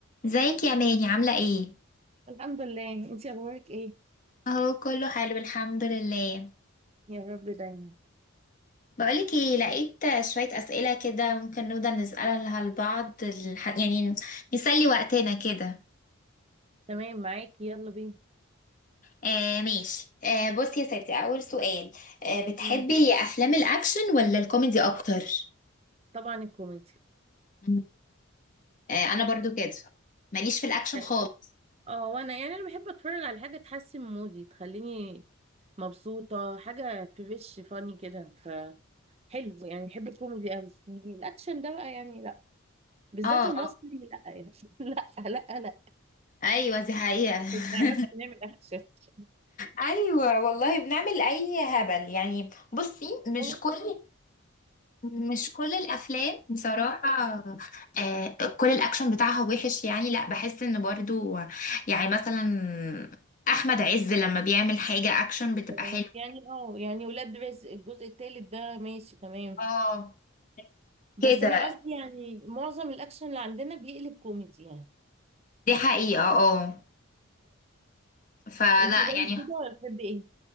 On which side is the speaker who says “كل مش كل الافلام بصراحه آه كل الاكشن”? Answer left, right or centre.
Left